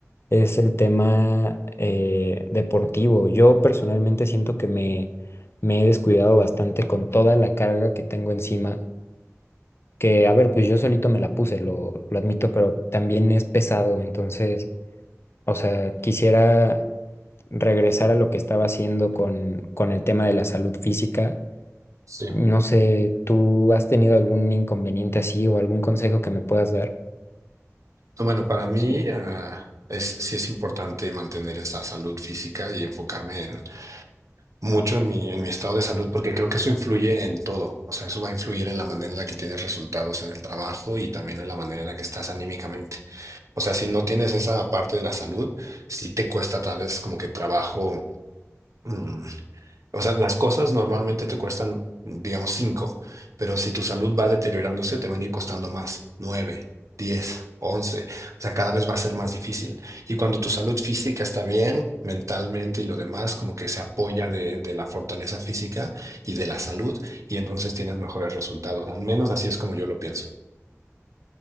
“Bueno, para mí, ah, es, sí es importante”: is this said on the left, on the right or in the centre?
Right